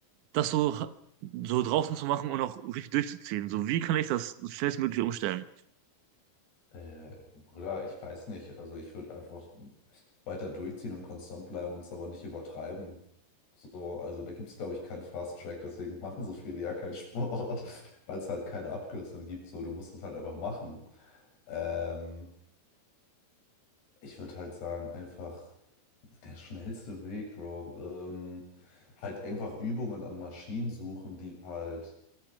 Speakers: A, on the right; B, on the left.
A: das so, so draußen zu machen und auch richtig durchzuziehen. So, wie kann ich das schnellstmöglich umstellen?
B: Äh, Bruder, ich weiß nicht. Also ich würde einfach weiter durchziehen und konstant bleiben und es aber nicht übertreiben. So, also da gibt es, glaube ich, keinen Fast Track, deswegen machen so viele ja keinen Sport, <laughs> weil es halt keine Abkürzung gibt. So, du musst es halt einfach machen. Ähm, ich würde halt sagen, einfach der schnellste Weg, Bro. Ähm, halt einfach Übungen an Maschinen suchen, die halt